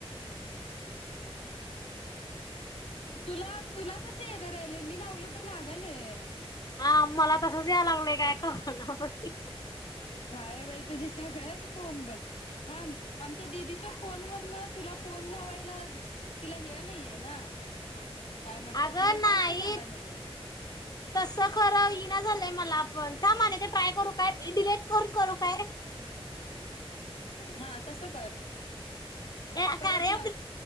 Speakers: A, on the left; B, on the left.
A: तुला तुला एरर आलाय मी कस लावलय बरं लागलय
B: हा मला तस यायला लागलंय काय कळना बाई
A: काय बाई तुझी सगळ्यात फोम बघ थांब आमच्या दिदीच्या फोन वरन तुला फोन लावायला तिला हे नाहीये ना काय म्हणतात
B: अगं
A: तिला
B: नाही
A: टास्कच आला नाहीये
B: तस खरं येईना झालंय मला पण माने ते ट्राय करू हे डिलेट करून करू काय?
A: हा तसं कर
B: हे
A: परत
B: कार्य
A: लाव